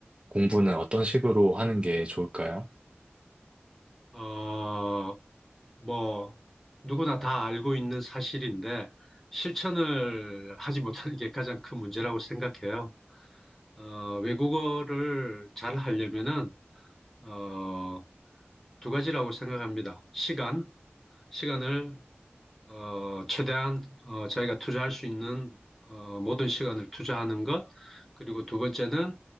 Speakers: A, on the right; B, in the centre.
A: 공부는 어떤 식으로 하는 게 좋을까요?
B: 어, 뭐, 누구나 다 알고 있는 사실인데, 실천을 하지 못하는 게 가장 큰 문제라고 생각해요. 어, 외국어를 잘 하려면은, 어, 두 가지라고 생각합니다. 시간, 시간을, 어, 최대한, 어, 자기가 투자할 수 있는, 어, 모든 시간을 투자하는 것, 그리고 두 번째는,